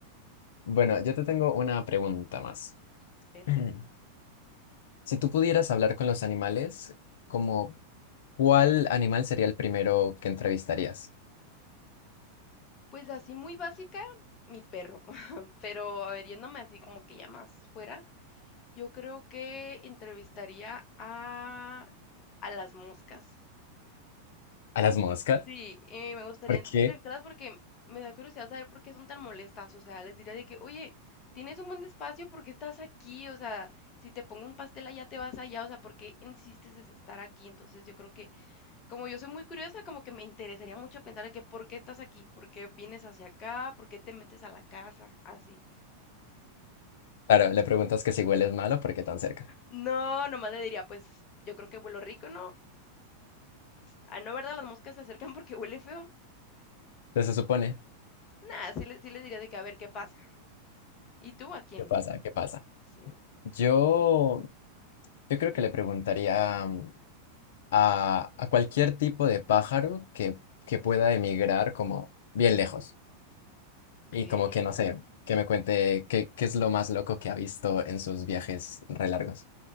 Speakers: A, on the left; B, on the left.
A: Bueno, yo te tengo una pregunta más.
B: A ver.
A: <clears throat> Si tú pudieras hablar con los animales, ¿como cuál animal sería el primero que entrevistarías?
B: Pues así muy básica, mi perro. <laughs> Pero a ver, yéndome así como que ya más fuera, yo creo que entrevistaría a, a las moscas.
A: ¿A las moscas?
B: Sí, eh, me gustaría
A: ¿Por
B: entrevistarlas
A: qué?
B: porque me da curiosidad saber por qué son tan molestas. O sea, les diría de que, oye, tienes un buen espacio, ¿por qué estás aquí? O sea, si te pongo un pastel allá, te vas allá. O sea, ¿por qué insistes en estar aquí? Entonces, yo creo que, como yo soy muy curiosa, como que me interesaría mucho pensar de que, ¿por qué estás aquí? ¿Por qué vienes hacia acá? ¿Por qué te metes a la casa? Así.
A: Claro, le preguntas que si hueles malo, ¿por qué tan cerca?
B: No, nomás le diría, pues, yo creo que huelo rico, ¿no? Ah, no, ¿verdad? Las moscas se acercan porque huele feo.
A: Entonces se supone,
B: Nada, sí le, sí le diría de que, a ver, ¿qué pasa? ¿Y tú a quién?
A: ¿qué pasa? ¿Qué pasa?
B: Sí.
A: Yo, yo creo que le preguntaría a, a cualquier tipo de pájaro que, que pueda emigrar como bien lejos
B: Ok,
A: y como que
B: ok.
A: no sé, que me cuente qué, qué es lo más loco que ha visto en sus viajes re largos.